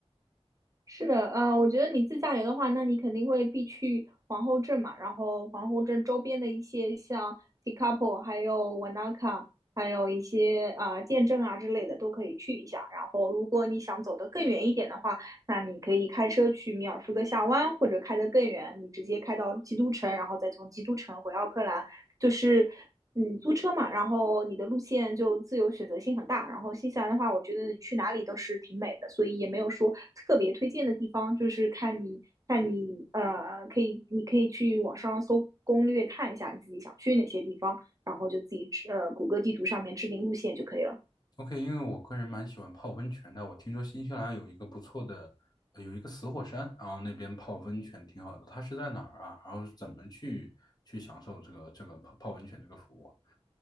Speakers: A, on the right (about 30°); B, on the left (about 40°).
A: 是的，呃，我觉得你自驾游的话，那你肯定会必去皇后镇嘛，然后皇后镇周边的一些像 Tekapo，还有 Wanaka，还有一些啊、呃剑镇啊之类的都可以去一下。然后，如果你想走得更远一点的话，那你可以开车去米尔福德峡湾，或者开得更远，你直接开到基督城，然后再从基督城回奥克兰。就是嗯，租车嘛，然后你的路线就自由选择性很大。然后新西兰的话，我觉得你去哪里都是挺美的，所以也没有说特别推荐的地方，就是看你看你呃，可以你可以去网上搜攻略看一下你自己想去哪些地方，然后就自己制呃谷歌地图上面制定路线就可以了。
B: OK，因为我个人蛮喜欢泡温泉的，我听说新西兰有一个不错的，呃有一个死火山，然后那边泡温泉挺好的。它是在哪儿啊？然后怎么去去享受这个这个泡泡温泉这个服务？